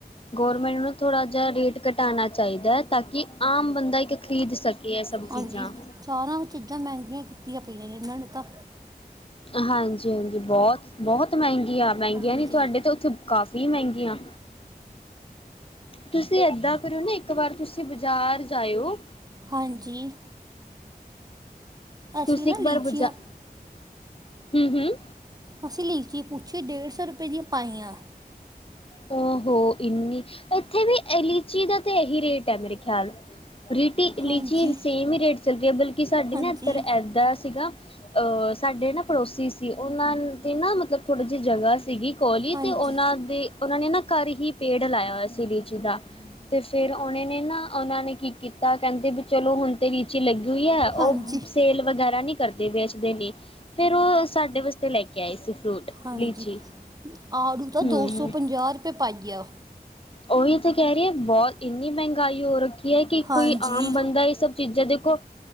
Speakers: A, on the left; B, on the right.
A: ਗੌਰਮੈਂਟ ਨੂੰ ਥੋੜ੍ਹਾ ਜਿਹਾ ਰੇਟ ਘਟਾਉਣਾ ਚਾਹੀਦਾ ਹੈ ਤਾਂ ਕਿ ਆਮ ਬੰਦਾ ਇੱਕ ਖਰੀਦ ਸਕੇ। ਇਹ ਸਭ
B: ਹਾਂਜੀ,
A: ਚੀਜ਼ਾਂ
B: ਸਾਰਾ ਚੀਜ਼ਾਂ ਮਹਿੰਗੀਆਂ ਕੀਤੀਆਂ ਪਈਆਂ ਨੇ ਇਹਨਾਂ ਨੇ ਤਾਂ।
A: ਹਾਂਜੀ -ਹਾਂਜੀ ਬਹੁਤ, ਬਹੁਤ ਮਹਿੰਗੀਆਂ, ਮਹਿੰਗੀਆਂ
B: ਹਾਂਜੀ
A: ਨੀ ਤੁਹਾਡੇ ਤੇ ਉੱਥੇ ਕਾਫੀ ਮਹਿੰਗੀਆਂ ਤੁਸੀਂ ਇੱਦਾਂ ਕਰਿਓ ਨਾ ਇੱਕ ਵਾਰ ਤੁਸੀਂ ਬਾਜ਼ਾਰ ਜਾਇਓ
B: ਹਾਂਜੀ। ਅਸੀਂ
A: ਤੁਸੀਂ
B: ਨਾ
A: ਇੱਕ ਵਾਰ
B: ਲੀਚੀਆਂ
A: ਬਜ਼ਾਰ, ਹਮ- ਹਮ।
B: ਅਸੀਂ ਲੀਚੀ ਪੁੱਛੀ ਡੇਢ ਸੌ ਰੁਪਏ ਦੀਆਂ ਪਾਈਆ।
A: ਓ ਹੋ ਇੰਨੀ, ਇੱਥੇ ਵੀ ਲੀਚੀ ਦਾ ਤੇ ਇਹੀ ਰੇਟ ਹੈ ਮੇਰੇ ਖਿਆਲ। ਲੀਚੀ, ਲੀਚੀ
B: ਹਾਂਜੀ
A: ਸੇਮ ਹੀ ਰੇਟ ਚੱਲਦੀ ਹੈ ਬਲਕਿ ਸਾਡੀ
B: ਹਾਂਜੀ
A: ਨਾ ਇਧੱਰ ਏਦਾਂ ਸੀਗਾ। ਅ,,, ਸਾਡੇ ਨਾ ਪੜੋਸੀ ਸੀ ਉਹਨਾਂ 'ਤੇ ਨਾ ਮਤਲਬ ਥੋੜ੍ਹੀ ਜਿਹੀ ਜਗ੍ਹਾ ਸੀਗੀ। ਕੋਲੀ
B: ਹਾਂਜੀ
A: ਤੇ ਉਹਨਾਂ ਦੇ ਉਹਨਾਂ ਨੇ ਨਾ ਘਰ ਹੀ ਪੇੜ ਲਾਇਆ ਹੋਇਆ ਸੀ ਲੀਚੀ ਦਾ ਤੇ ਫਿਰ ਉਹਨੇ ਨੇ ਨਾ ਉਹਨਾਂ ਨੇ ਕੀ ਕੀਤਾ ਕਹਿੰਦੇ ਵੀ ਚਲੋ ਹੁਣ ਤੇਰੀ ਲੀਚੀ ਲੱਗੀ ਹੋਈ ਹੈ ਉਹ
B: ਹਾਂਜੀ
A: ਸੇਲ ਵਗੈਰਾ ਨਹੀਂ ਕਰਦੇ ਵੇਚਦੇ ਲਈ ਫਿਰ ਉਹ ਸਾਡੇ ਵਾਸਤੇ ਲੈ ਕੇ ਆਏ ਸੀ ਫਰੂਟ
B: ਹਾਂਜੀ
A: ਲੀਚੀ
B: ਆੜੂ ਤਾਂ
A: ਹਮ
B: ਦੋਸੌ ਪੰਜਾਹ ਰੁਪਏ ਪਾਇਆ
A: ਉਹੀ ਤਾਂ ਕਹਿ ਰਹੀ ਹੈ ਬਹੁਤ ਇੰਨੀ ਮਹਿੰਗਾਈ ਹੋ ਰੱਖੀ ਖੀ ਹੈ ਕਿ
B: ਹਾਂਜੀ
A: ਕੋਈ ਆਮ ਬੰਦਾ ਇਹ ਸਭ ਚੀਜ਼ਾਂ ਦੇਖੋ